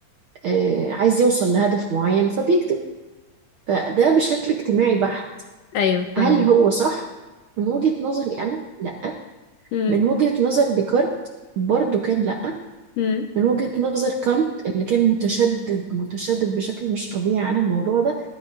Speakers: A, on the right; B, on the left.
A: آه عايز يوصل لهدف معين فبيكتب فده بشكل اجتماعي بحت
B: ايوه فاهمين
A: هل هو صح؟ من وجهة نظري أنا لأ
B: هم
A: من وجهة نظر ديكارت برضو كان لأ
B: هم
A: من وجهة نظر كانت اللي كان متشدد متشدد بشكل مش طبيعي عن الموضوع ده